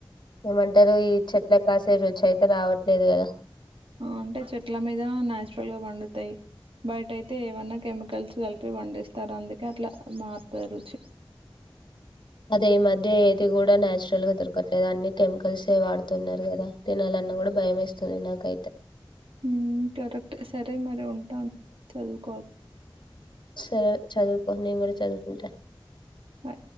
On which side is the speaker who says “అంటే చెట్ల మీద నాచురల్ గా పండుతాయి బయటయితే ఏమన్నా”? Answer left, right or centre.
Right